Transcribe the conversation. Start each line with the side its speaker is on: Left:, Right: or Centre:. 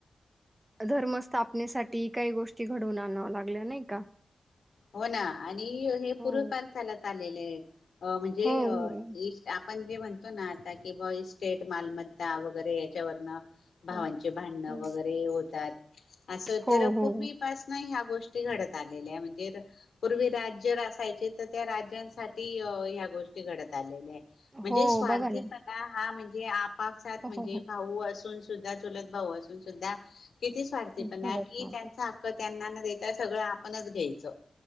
Right: धर्मस्थापनेसाठी काही गोष्टी घडवून आणाव्या लागल्या नाही का?
Left: हो ना आणि आणि हे
Right: हो.
Left: पूर्वपण चालत आलेलं आहे. अ म्हणजे
Right: हो, हो,
Left: आपण जे म्हणतो ना आता की ब इस्टेट मालमत्ता वगैरे याच्यावरनं भावांचे
Right: हो,
Left: भांडणं
Right: हो,
Left: वगैरे होतात असं
Right: हो,
Left: तर पूर्वीपासन
Right: हो,
Left: ह्या गोष्टी गोष्ट घडत आल्या म्ह पूर्वी राज्य असायचे. तर त्या राज्यांसाठी ह्या गोष्टी घडत आलेल्या आहेत.
Right: हो
Left: म्हणजे
Right: हो,
Left: स्वार्थी
Right: बघा ना.
Left: हाणज जे आप पापसात
Right: हो,
Left: म्हणजे
Right: हो, हो.
Left: भाऊ असून. सुद्धा चुलत भाऊ असून सुद्धा किती स्वारथी
Right: घडत
Left: पण कि
Right: नव्हतं.
Left: त्यांचा हक्क त्यांना ेत सगळं आपणच घ्यायचं.